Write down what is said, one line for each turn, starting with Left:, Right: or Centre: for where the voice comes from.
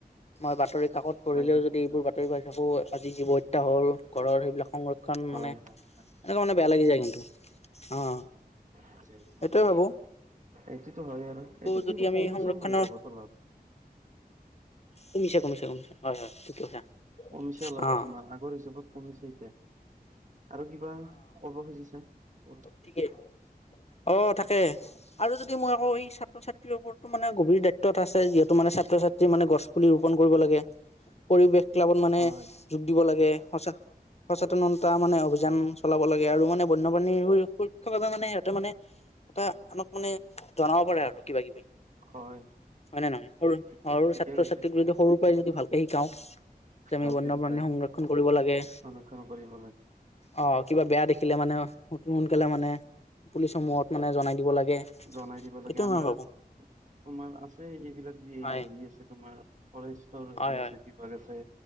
Left: মই বাতৰি-কাকত পঢ়িলেও
Right: পাই থাকো
Left: যদি এইবোৰ
Right: হয়
Left: ত পাই থাকোঁ, আজি জীৱ হত্যা হ'ল ঘৰৰ সেইবিলাক সংৰক্ষণ
Right: হয়
Left: মানে এনেকুৱা
Right: হয় হয়
Left: মানে বেয়া লাগি যায় কিন্তু অ'।
Right: পিছে এইটো
Left: সেইটোয়ে
Right: হয়,
Left: ভাবো
Right: এইটোতো হয় আৰু এইটো
Left: যদি
Right: কিন্তু
Left: আমি
Right: কমিছে
Left: সংৰক্ষণৰ
Right: মোৰ হিচাপতো অলপ।
Left: কমিছে, কমিছে, কমিছে, হয়, হয়, ঠিক কৈছা।
Right: কমিছে অলপ
Left: অ',
Right: তোমাৰ, আগৰ হিচাপত কমিছে। আৰু কিবা ক'ব খুজিছা কোৱা।
Left: ঠিকে অ', তাকে, আৰু যদি মই আকৌ এই ছাত্ৰ- ছাত্ৰীৰ ওপৰত মানে গভীৰ দায়িত্বত আছে। যিহেতু মানে ছাত্ৰ-ছাত্ৰী মানে গছ পুলি ৰোপন কৰিব লাগে। পৰিৱেশ ক্লাবত মানে
Right: হয়,
Left: যোগ দিব লাগে। সঁচা সচেতনতা মানে অভিযান
Right: হয়, হয়,
Left: চলাব লাগে, আৰু মানে বন্যপ্ৰাণীৰ স সুৰক্ষাৰ বাবে মানে সিহঁতে মানে এটা আনক মানে জনাব পাৰে আৰু কিবা-কিবি।
Right: হয়,
Left: হয় নে নহয়? সৰু,
Right: ঠিকে
Left: সৰু
Right: ঠিকে
Left: ছাত্ৰ-ছাত্ৰীক
Right: কৈছে
Left: যদি সৰুৰ পৰাই যদি ভালকে শিকাও। যে আমি
Right: ভালকে
Left: বন্যপ্ৰাণী
Right: শিকাই
Left: সংৰক্ষণ কৰিব লাগে।
Right: <unintelligible> কৰিব লাগে।
Left: অ', কিবা বেয়া দেখিলে মানে, অ, সোনকালে মানে পুলিচ সমূহত মানে জনাই দিব লাগে।
Right: জনাই দিব লাগে,
Left: এইটো
Right: আমাৰ
Left: মই ভাবো
Right: তোমাৰ আছে। এইবিলাক দি
Left: হয়
Right: হেৰি আছে। তোমাৰ ফৰেষ্টৰ
Left: হয়
Right: হেৰি
Left: হয়
Right: আছে। বিভাগ আছে